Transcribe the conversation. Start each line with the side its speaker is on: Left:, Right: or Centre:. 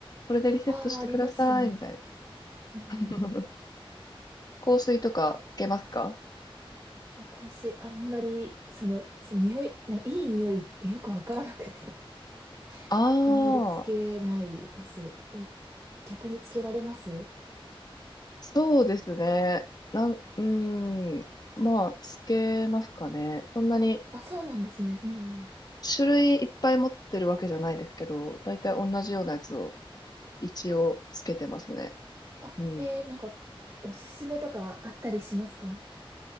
Left: これでリセットしてください、
Right: ああ、ありますよね。
Left: みたいな。
Right: うん。
Left: <laughs>
Right: い
Left: 香水とかつけますか
Right: や、香水、あんまり、その、その匂い、ないい匂いってよくわからなくて、
Left: あ
Right: <laughs> あんまりつけないです。
Left: あー、
Right: で逆につけられます
Left: そうですね。なん、うーん。まあ、つけますかね。そんなに
Right: あ、そうなんですね。うん。
Left: 種類いっぱい持ってるわけじゃないですけど、だいたい同じようなやつを一応つけてますね。
Right: あ、
Left: うん。
Right: へえ、なんか、おすすめとかあったりしますか